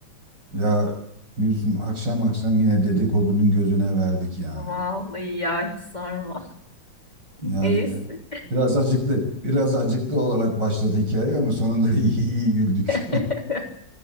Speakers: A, on the right (about 70°); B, on the left (about 20°).
A: ya Gülsüm akşam akşam yine dedikodunun gözüne verdik yani.
B: <laughs> Vallahi ya hiç sorma.
A: Yani
B: Neyse.
A: biraz acıklı, biraz acıklı olarak başladı hikaye ama sonunda <laughs> iyi, iyi güldük.
B: <laughs>